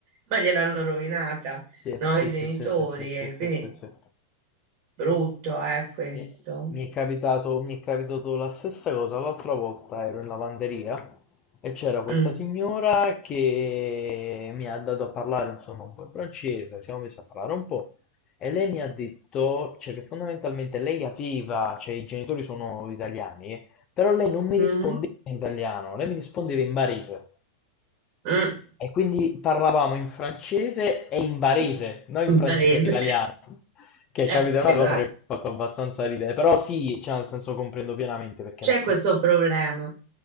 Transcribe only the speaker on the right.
ma gliel'hanno rovinata,
no?
I genitori.
E
quindi
brutto è questo.
Mm.
Mhm.
Mm.
<laughs>
Barese.
Eh,
Esatto,
c'è
questo problema.